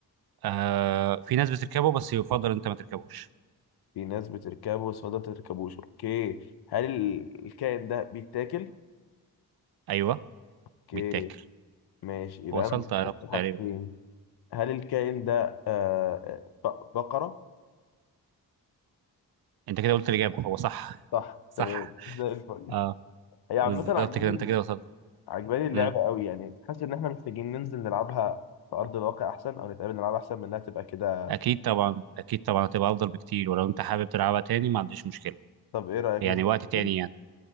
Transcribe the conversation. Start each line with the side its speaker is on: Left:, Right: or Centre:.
Right: آه في ناس بتركبه بس يفضل أنت ما تركبوش
Left: في ناس بتركبه بس ما بتركبوش اوكي هل ال- الكائن ده بيتاكل
Right: أيوه
Left: اوكي
Right: بيتاكل
Left: ماشي يبقى
Right: وصلت
Left: انا بفكر
Right: أنا
Left: في
Right: تقريبا
Left: حاجتين هل الكائن ده آه، ط- بقرة؟
Right: أنت كده قلت الإجابة هو صح
Left: صح
Right: <laughs> صح
Left: تمام زي الفل
Right: اه
Left: هي عامة
Right: بالظبط
Left: عجباني
Right: كده أنت كده وصلت
Left: عجباني اللعبة
Right: مم.
Left: قوي يعني حاسس إن إحنا محتاجين ننزل نلعبها في أرض الواقع أحسن أو نتقابل نلعبها أحسن من إنها تبقى كده
Right: أكيد طبعا أكيد طبعا هتبقى أفضل بكتير ولو أنت حابب تلعبها تاني ما عنديش مشكلة
Left: طب إيه رأيك
Right: يعني
Left: ننزل
Right: وقت
Left: نتقابل؟
Right: تاني يعني